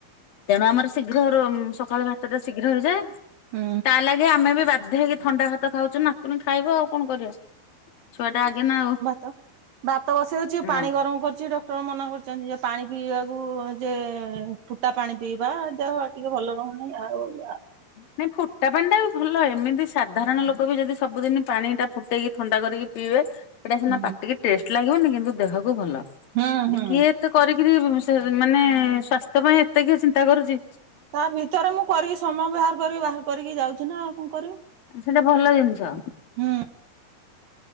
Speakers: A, on the left; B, on the right.
A: ତେଣୁ ଆମର ଶୀଘ୍ର ରୋ ଉମ୍ ସକାଳ ଭାତଟା ଶୀଘ୍ର ହେଇଯାଏ
B: ହୁଁ
A: ତା ଲାଗି ଆମେ ବି ବା ବାଧ୍ୟ ହେଇକି ଥଣ୍ଡା ଭାତ ଖାଉଚୁ ନାତୁଣୀ ଖାଇବ ଆଉ କଣ କରିବା ଛୁଆଟା ଆଗେ ନା ଆଉ।
B: ତ ଭାତ ବସୋଉଚି
A: ହଁ।
B: ପାଣି ଗରମ କରଚି ଡ ଡକ୍ଟର ମନା କରଚନ୍ତି ଯେ ପାଣି ପିଇବାକୁ ଯେ ଫୁଟା ପାଣି ପିଇବା ଦେହ ଟିକେ ଭଲ ର ତମେ ଯାଉଚ।
A: ନାଇଁ ଫୁଟା ପାଣି ଟା ବି ଭଲ ଏମିତି ସାଧାରଣ ଲୋକ ବି ଯଦି ସବୁଦିନି ପାଣିଟା ଫୁଟେଇକି ଥଣ୍ଡା କରିକି ପିଇବେ ସେଟା ସିନା
B: ହୁଁ।
A: ପାଟିକି ଟେଷ୍ଟ୍ ଲାଗିବନି କିନ୍ତୁ ଦେହକୁ ଭଲ
B: ହୁଁ
A: ଯେ
B: ହୁଁ।
A: କିଏ ଏତେ କରିକିରି ସେ ମାନେ ସ୍ଵାସ୍ ତ୍ୟ ପାଇଁ ଏତେ କିିଏ ଚିନ୍ତା କରୁଚି।
B: ତା ଭିତରେ ମୁଁ କରିକି ସମୟ ବାହାର କରିକି ବାହାର କରିକି ଯାଉଚି ନା ଆଉ କଣ କରିବି।
A: ଅଁ ସେଟା ଭଲ ଜିନିଷ।
B: ହୁଁ।